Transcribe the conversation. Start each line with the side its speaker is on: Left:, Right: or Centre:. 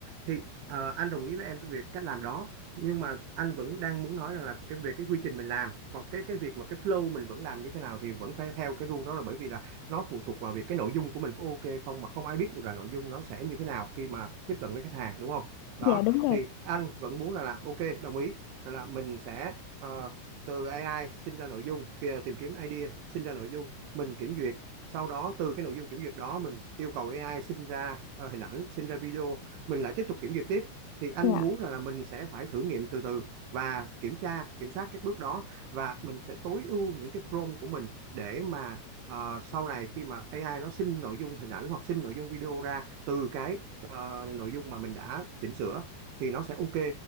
Right: thì ờ, anh đồng ý với em cái việc cách làm đó nhưng mà anh vẫn đang muốn nói rằng là cái về cái quy trình mình làm hoặc cái cái việc mà cái flow mình vẫn làm như thế nào thì vẫn phải theo cái rule đó là bởi vì là nó phụ thuộc vào việc cái nội dung của mình có ok không mà không ai biết được là nội dung nó sẽ như thế nào khi mà tiếp cận với khách hàng đúng không? Đó
Left: dạ đúng rồi
Right: thì anh vẫn muốn rằng là ok đồng ý rằng là mình sẽ ờ, từ AI sinh ra nội dung kìa, tìm kiếm idea sinh ra nội dung mình kiểm duyệt sau đó từ cái nội dung kiểm duyệt đó mình yêu cầu AI sinh ra ờ, hình ảnh sinh ra video mình lại tiếp tục kiểm duyệt tiếp thì anh
Left: dạ
Right: muốn rằng là mình sẽ phải thử nghiệm từ từ và kiểm tra kiểm soát các bước đó và mình sẽ tối ưu những cái prompt của mình để mà ờ, sau này khi mà AI nó sinh nội dung hình ảnh hoặc sinh nội dung video ra từ cái ờ, nội dung mà mình đã chỉnh sửa thì nó sẽ ok